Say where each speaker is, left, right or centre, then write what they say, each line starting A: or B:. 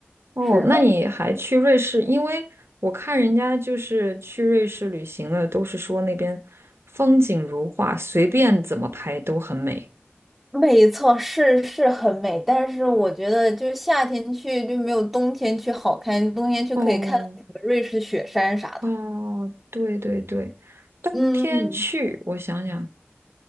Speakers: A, on the right (about 75°); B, in the centre.
A: 哦，
B: 是的，
A: 那你还去瑞士？因为我看人家就是去瑞士旅行的，都是说那边风景如画，随便怎么拍都很美。
B: 没错，是是很美，但是我觉得就夏天去就没有冬天去好看，冬天去可以看到什么瑞士雪山啥的。
A: 哦，哦，对对对，冬天去，
B: 嗯嗯，
A: 我想想，